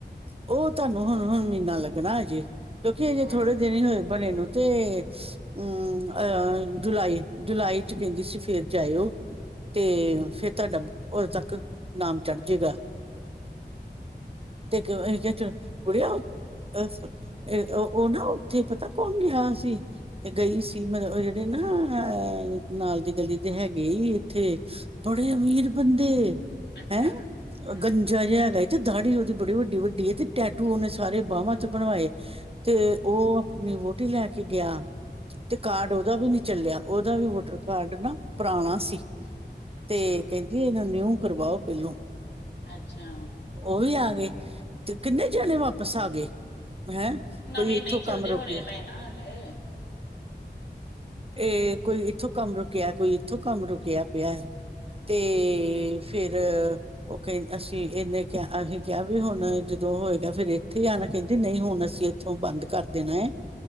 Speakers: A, on the right; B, on the left.
A: ਉਹ ਤੁਹਾਨੂੰ ਹੁਣ ਹੁਣ ਮਹੀਨਾ ਲੱਗਣਾ ਅਜੇ ਕਿਉਂਕਿ ਅਜੇ
B: ਹੂੰ
A: ਥੋੜੇ ਦਿਨ ਹੀ ਹੋਏ ਬਣੇ ਨੂੰ ਤੇ ਊ ਅ ਜੁਲਾਈ ਜੁਲਾਈ ਚ ਕਹਿੰਦੀ ਸੀ ਫੇਰ ਜਾਇਓ ਤੇ ਫੇਰ ਤੁਹਾਡਾ ਉਦੋਂ ਤੱਕ ਨਾਮ ਚੜ ਜੇਗਾ ਤੇ ਅਸੀਂ ਕਿਹਾ ਚਲ ਕਿ <unintelligible> ਅ ਉਹ ਨਾ ਉੱਥੇ ਪਤਾ ਕੌਣ ਗਿਆ ਸੀ ਤੇ ਗਈ ਸੀ ਮਤਲਬ ਉਹ ਜਿਹੜੇ ਏ ਨਾ ਨਾਲ ਦੀ ਗਲੀ ਤੇ ਹੈਗੇ ਹੀ ਇੱਥੇ ਬੜੇ ਅਮੀਰ ਬੰਦੇ
B: ਅੱਛਾ
A: ਹੈਂ
B: ਹਾਂ
A: ਗੰਜਾ ਜਿਹਾ ਹੈਗਾ ਤੇ ਦਾੜੀ ਉਹਦੀ ਬੜੀ ਵੱਡੀ ਵੱਡੀ ਏ ਤੇ ਟੈਟੂ ਉਹਨੇ ਸਾਰੇ ਬਾਹਵਾਂ ਚ ਬਣਵਾਏ, ਤੇ ਉਹ ਅਪਨੀ ਵੋਹਟੀ ਲੈ ਕੇ ਗਿਆ। ਤੇ ਕਾਰਡ ਉਹਦਾ ਵੀ ਨਹੀਂ ਚੱਲਿਆ, ਉਹਦਾ ਵੀ ਵੋਟਰ ਕਾਰਡ ਨਾ ਪੁਰਾਣਾ ਸੀ।
B: ਅੱਛਾ
A: ਤੇ ਕਹਿੰਦੀ ਇਹਨੂੰ ਨਿਊ ਕਰਵਾਓ ਪਹਿਲੋਂ।
B: ਅੱਛਾ।
A: ਉਹ ਵੀ ਆ ਗਏ ਤੇ ਕਿੰਨੇ ਜਾਣੇ ਵਾਪਿਸ ਆ ਗੇ? ਹੈਂ ਕੋਈ
B: ਨਵੇਂ
A: ਇੱਥੋਂ
B: ਨਹੀਂ ਚੱਲਦੇ
A: ਕੰਮ ਰੁਕ
B: ਹੋਣੇ
A: ਗਿਆ
B: ਪਏ ਨਾ ਹਾਲੇ
A: ਏ ਕੋਈ ਇੱਥੋਂ ਕੰਮ ਰੁਕਿਆ, ਕੋਈ ਇੱਥੋਂ ਕੰਮ ਰੁਕਿਆ ਪਿਐ ਤੇ ਫੇਰ ਓ ਕ ਅਸੀਂ ਏਨੇ ਕਿਆ ਅਸੀ ਕਿਆ ਵੀ ਹੁਣ ਦੋਂ ਹੋਏਗਾ ਫੇਰ ਇੱਥੇ ਆਣਾ ਕਹਿੰਦੇ ਨਈ ਹੁਣ ਅਸੀਂ ਇੱਥੋਂ ਬੰਦ ਕਰ ਦੇਣਾ ਏ